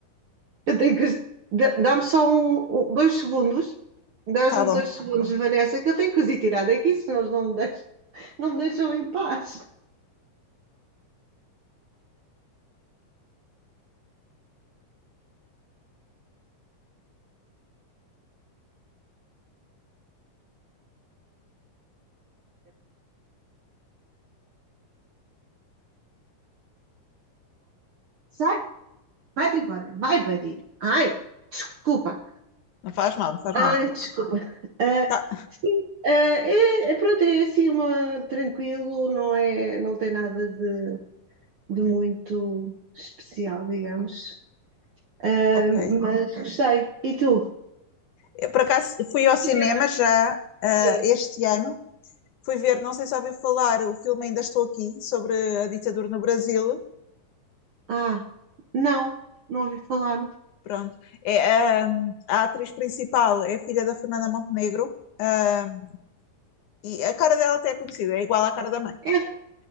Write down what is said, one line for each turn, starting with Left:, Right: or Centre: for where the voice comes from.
Right: Eu tenho que. dá- Dá-me só um, um- dois segundos. Dás-me
Left: Tá bom.
Right: dois segundos, Vanessa, que eu tenho que os ir tirar daqui, senão eles não me deixam, não me deixam em paz. Sai, vai-te embora. Vai, buddy. Ai, desculpa.
Left: Não faz mal, não faz
Right: Ai,
Left: mal.
Right: desculpa. Ah,
Left: Tá,
Right: sim, ah, é, é- pronto, é assim uma tranquilo, não é, não tem nada de, de muito especial, digamos. Ah,
Left: ok.
Right: mas gostei. E tu?
Left: Eu, por acaso fui ao cinema
Right: Cinema
Left: já ah,
Right: aqui.
Left: este ano. Fui ver, não sei se ouviu falar, o filme Ainda Estou Aqui, sobre a ditadura no Brasil.
Right: Ah, não, não ouvi falar.
Left: Pronto. É, ahm, a atriz principal é a filha da Fernanda Montenegro, ahm, e a cara dela até é conhecida, é igual à cara da mãe.
Right: É,